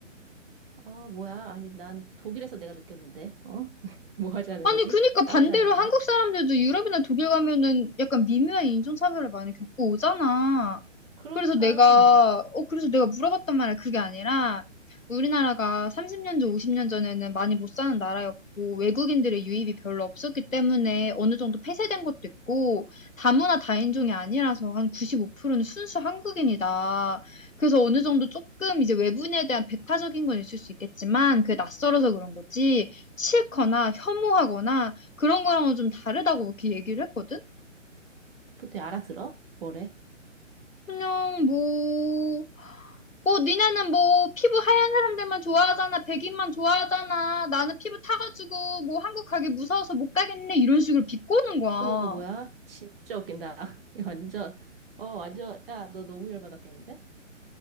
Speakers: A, on the right; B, on the left.
A: 아, 뭐야? 아니, 난 독일에서 내가 느꼈는데, 어? <laughs> 뭐 하자는
B: 아니,
A: 거지?
B: 그니까
A: 싸우자는
B: 반대로
A: 건가?
B: 한국 사람들도 유럽이나 독일 가면은 약간 미묘한 인종차별을 많이 겪고 오잖아.
A: 그러니까.
B: 그래서 내가, 어, 그래서 내가 물어봤단 말이야. 그게 아니라, 우리나라가 30년 전, 50년 전에는 많이 못 사는 나라였고, 외국인들의 유입이 별로 없었기 때문에 어느 정도 폐쇄된 것도 있고, 다문화 다인종이 아니라서 한 95%는 순수 한국인이다. 그래서 어느 정도 조금 이제 외부인에 대한 배타적인 건 있을 수 있겠지만, 그게 낯설어서 그런 거지. 싫거나 혐오하거나 그런 거랑은 좀 다르다고 이렇게 얘기를 했거든?
A: 그때 알아들어? 뭐래?
B: 그냥 뭐, 뭐, 니네는 뭐, 피부 하얀 사람들만 좋아하잖아. 백인만 좋아하잖아. 나는 피부 타가지고 뭐 한국 가기 무서워서 못 가겠네. 이런 식으로 비꼬는 거야.
A: 어머, 뭐야? 진짜 웃긴다. <laughs> 이거 완전, 어, 완전, 야, 너 너무 열받았겠는데?